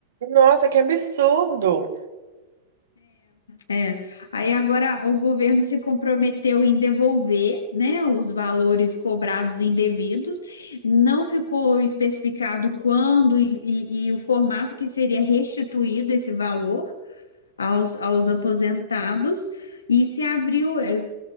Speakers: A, on the right (about 75°); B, on the left (about 90°).
A: Nossa, que absurdo!
B: É. Aí agora o governo se comprometeu em devolver, né, os valores cobrados indevidos. Não ficou especificado quando e, e- e o formato que seria restituído esse valor aos, aos aposentados. E se abriu, é,